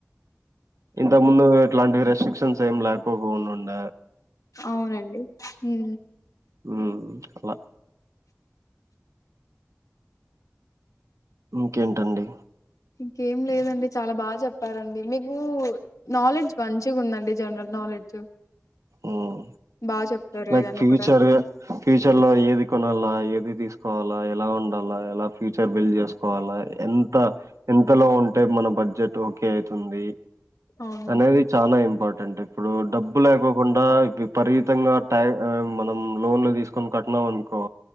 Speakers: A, on the right; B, on the left.
A: ఇంతకు ముందు ఇట్లాంటి రెస్ట్రిక్షన్ ఏం లేకపో కోకునుండ
B: అవునండి ఉ
A: ఉమ్ అలా ఇంకేంటండి
B: ఇంకేం లేదండి చాలా బాగా చెప్పారండి మీకు నాలెడ్జ్ మంచిగా ఉందండి జనరల్ నాలెడ్జ్
A: ఉమ్
B: బాగా చెప్తారు
A: లైక్
B: ఏదన్నా
A: ఫ్యూచర్
B: కూడా
A: ఫ్యూచర్ లో ఏది కొనల్ల ఏది తీసు వాల ఎలా ఉండల్ల ఎలా ఫ్యూచర్ బిల్డ్ చేసుకోవాలా ఎంత ఎంతలో ఉంటే మన బడ్జెట్ ఓకే అయితు తుంది
B: అవునండి
A: అనేది చాలా ఇంపార్టెంట్ అంటే ఇప్పుడు డబ్బు లేకో కుండా ఇ విపరీతంగా టైమ్ మనం లోన్లు తీసుకొని కట్టినాం అనుకో